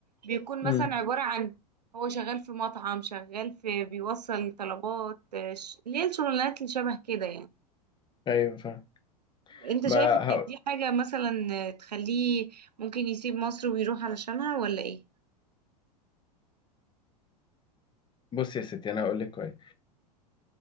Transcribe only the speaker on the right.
بيكون مثلا
عباره عن هو شغال في مطعم شغال في بيوصل طلبات آه، ش- ليه الشغلانات اللي شبه كده يعني
انت
شايف
ان دي حاجه مثلا آه، تخليه ممكن يسيب مصر ويروح علشانها ولا ايه